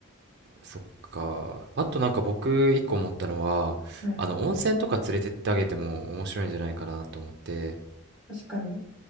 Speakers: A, on the right; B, in the centre.
A: そっかあとなんか僕一個思ったのはあの温泉とか連れてってあげても面白いんじゃないかなと思って
B: はい確かに。